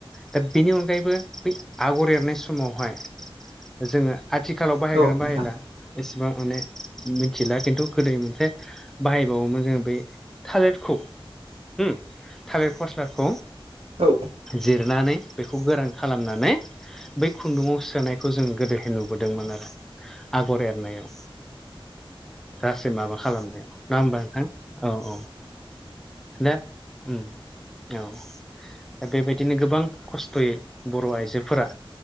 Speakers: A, in the centre; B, on the right.
A: दा बेनि अनगायैबो बै आगर एरनाय समावहाय जोङो आथिखालाव बाहायगोना
B: औ
A: बाहायला
B: नोंथां
A: एसेबां माने मिथिला खिन्थु गोदो मोनसे बाहायबावोमोन जोङो बे थालिरखौ उम थालिर फस्लाखौ
B: औ
A: जिरनानै बेखौ गोरान खालामनानै बै खुन्दुङाव सोनायखौ जों गोदोहाय नुबोदोंमोन आरो गर एरनायाव रासो माबा खालामनायाव ना होमबा नों थां औ औ दे उम औ दा बेबायदिनो गोबां खस्थ'यै बर' आइजोफोरा